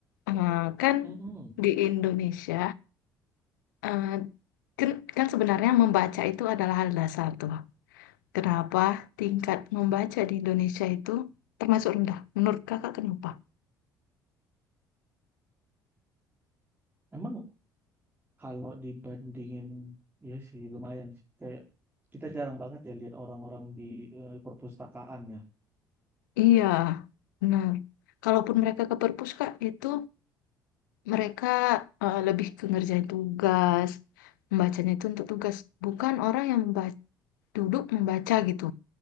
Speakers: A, on the left (about 70°); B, on the right (about 15°).
A: eh, kan
B: Mm-mm.
A: di Indonesia, eh, kan, kan sebenarnya membaca itu adalah hal dasar tuh. Kenapa tingkat membaca di Indonesia itu termasuk rendah? Menurut kakak kenapa?
B: Emang kalau dibandingin, ya sih lumayan sih. Kayak kita jarang banget ya lihat orang-orang di eh, perpustakaan ya.
A: Iya, benar. Kalaupun mereka ke perpus kak, itu mereka eh, lebih ke ngerjain tugas, membacanya itu untuk tugas, bukan orang yang membaca duduk membaca gitu.